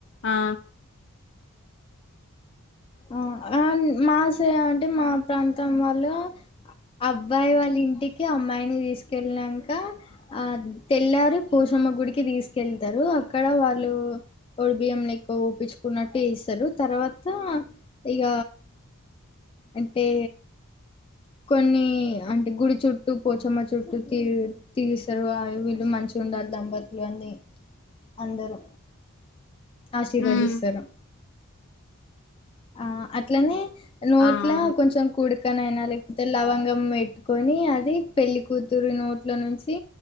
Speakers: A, on the left; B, on the left.
A: అ
B: ఆ అన్ మాసయ అంటే మా ప్రాంతం వాళ్ళు అబ్బాయి వాళ్ళ ఇంటికి అమ్మాయిని తీసుకెళ్ళినాక ఆ తెల్లారి పోషం గుడికి తీసుకెళ్తారు అక్కడ వాళ్ళు పొడు బియ్యంలు ఎక్కువ ఊపించుకున్నట్టు ఇస్తారు త తర్వాత ఇగ అంటే కొన్ని అంటే గుడి చుట్టూ, పోచమ్మ చుట్టూ తీ తీస్తారు వాయు వీళ్ళు మంచి ఉండాలి దంపతులు అని అందరూ ఆశీర్వదిస్తారు
A: హ్మ్.
B: ఆ అట్లానే నోట్లా
A: ఆ ఆ!
B: కొంచెం కుడుకనయినాలె లవంగం పెట్టుకొని అది పెళ్లి కూతురు నోట్లో నుంచి